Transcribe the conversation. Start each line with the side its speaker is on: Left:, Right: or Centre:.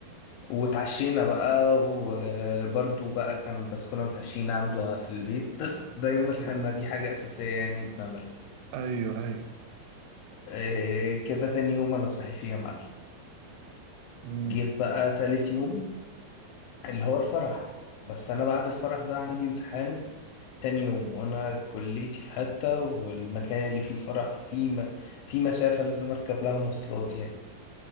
Left: واتعشينا بقى وبرده بقى كان بس كنا متعشيين عنده في البيت <laughs> ده يوم الحنة
Right: مم.
Left: دي حاجة أساسية يعني بنعملها
Right: ايوه ايوه
Left: إيه كده تاني يوم أنا صاحي فيه يا معلم
Right: مم.
Left: جيت بقى تالت يوم اللي هو الفرح بس أنا بعد الفرح ده عندي امتحان تاني يوم وأنا كليتي في حتة والمكان اللي فيه الفرح فيه م... في مسافة لازم أركب لها مواصلات يعني